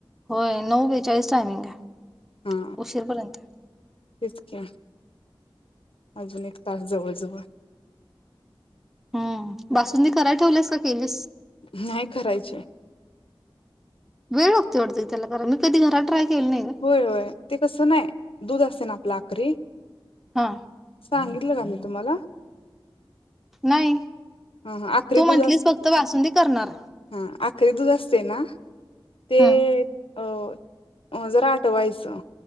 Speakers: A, in the centre; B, on the left.
A: होय नऊ बेचाळीस टायमिंग आहे
B: हा
A: उशीरपर्यंतये
B: तेच क्या अजून एक तास जवळ जवळ
A: हूं बासुंदी कराय ठेवलेस का केलीस.
B: नाही करायची ये
A: वेळ लागतोय वाटत त्याला जरा मी कधी घरात ट्राय केली नाही ग
B: होय होय ते कसं नाही. दूध असते ना आपला आखरी
A: हा
B: सांगितलं का मी तुम्हाला
A: नाही
B: ह ह आखरी
A: तू म्हंटलीस
B: दूध अस
A: फक्त बासुंदी करणार
B: हा आखरी दूध असत. सना ते
A: हम्म
B: अ जरा आठवायचं